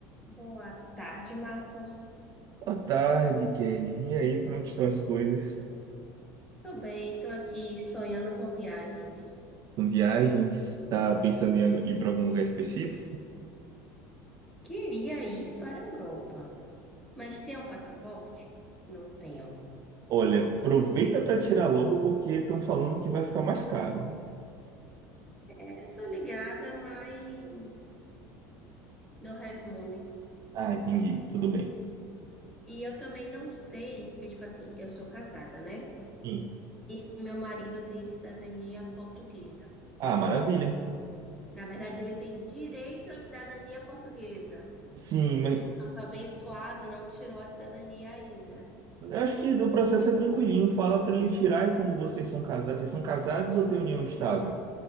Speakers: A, in the centre; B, on the right.
A: Boa tarde, Marcos.
B: Boa tarde, Kelly. E aí, como é que estão as coisas?
A: Tô bem, tô aqui sonhando com viagens.
B: Com viagens? Tá pensando em ir para algum lugar específico?
A: Queria ir para a Europa, mas tem um passaporte? Não tenho.
B: Olha, aproveita para tirar logo porque estão falando que vai ficar mais caro.
A: Eu tô ligada, mas no have money.
B: Ah, entendi. Tudo bem.
A: E eu também não sei, porque, tipo assim, eu sou casada, né?
B: Sim.
A: E meu marido tem cidadania portuguesa.
B: Ah, maravilha.
A: Na verdade, ele tem direito à cidadania portuguesa.
B: Sim, mas
A: Eu tô abençoado, não tirou a cidadania ainda.
B: eu acho que o processo é tranquilinho. Fala para ele tirar e como vocês são casados. Vocês são casados ou têm união estável?